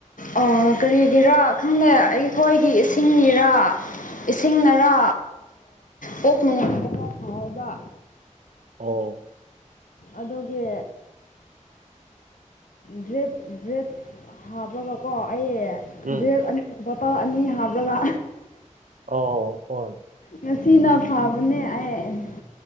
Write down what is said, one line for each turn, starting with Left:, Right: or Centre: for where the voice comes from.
Left: ꯑ ꯀꯔꯤꯒꯤꯔꯥ ꯈꯪꯗꯦ ꯑꯩꯈꯣꯏꯒꯤ ꯏꯁꯤꯡꯒꯤꯔꯥ ꯏꯁꯤꯡꯅꯔꯥ ꯀꯣꯛ ꯃꯉꯣꯟꯕꯗ ꯈꯔ ꯐꯥꯎꯕ
Right: ꯑꯣ
Left: ꯑꯗꯨꯒꯤ ꯗ꯭ꯔꯤꯞ ꯗ꯭ꯔꯤꯞ ꯍꯥꯞꯄꯔꯒꯀꯣ ꯑꯩ
Right: ꯎꯝ
Left: ꯗ꯭ꯔꯦꯛ ꯑꯅꯤ ꯕꯣꯇꯜ ꯑꯅꯤ ꯍꯥꯞꯂꯒ
Right: ꯑꯧ ꯍꯣꯏ
Left: ꯉꯁꯤꯅ ꯐꯥꯕꯅꯦ ꯑꯩ ꯫